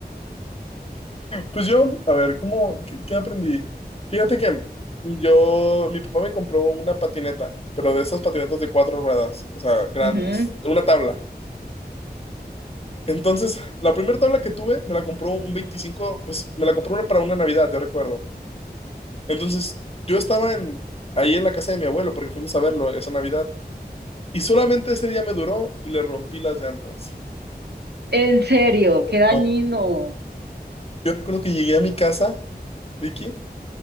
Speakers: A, on the left; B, on the right.
A: Pues yo, a ver, ¿cómo, qué, qué aprendí? Fíjate que yo, mi papá me compró una patineta, pero de esas patinetas de cuatro ruedas, o sea, grandes,
B: Ujú.
A: una tabla. Entonces, la primera tabla que tuve me la compró un veinticinco pues me la compró una- para una Navidad, yo recuerdo. Entonces, yo estaba en, ahí en la casa de mi abuelo porque fuimos a verlo esa Navidad y solamente ese día me duró y le rompí las llantas.
B: En serio, qué dañino.
A: No. Yo recuerdo que llegué a mi casa, Vicky,